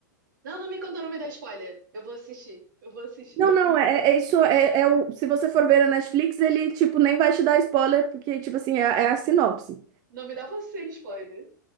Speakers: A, on the right; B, on the right.
A: Não, não me conta, não me dá spoiler. Eu vou assistir. Eu vou assistir.
B: Não, não, é, é isso é, é o. Se você for ver a Netflix, ele tipo nem vai te dar spoiler, porque, tipo assim, é, é a sinopse.
A: Não me dá você spoiler.